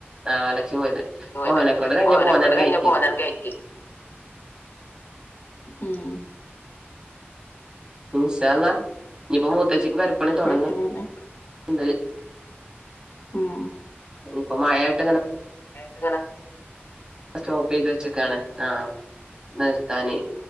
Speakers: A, on the right; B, on the left.
A: ആളച്ചിയാ പോയത്
B: പോയത്
A: ഓലക്കൊണ്ട് കഴിഞ്ഞപ്പോലണ്
B: ഓനെക്കൊണ്ട് കഴിഞ്ഞപ്പോ
A: കെയറ്റി
B: ഓനാണ് കയറ്റി ഉം
A: ഇന്ഷാഅല്ലാഹ് ഞ്ഞിപ്പോ മൂത്തച്ചിക്ക് പെരപ്പണി തൊടങ്ങണ്ട്
B: കഴിക്കണല്ലേ ഉം
A: ഇപ്പൊ മഴായിട്ട്ങ്ങനെ
B: ങ്ങനെ
A: സ്റ്റോപ്പ് ചെയ്ത് വെച്ച്ക്കാണ് ആ
B: ചെയ്തിട്ടാണ്
A: നിർത്താനേ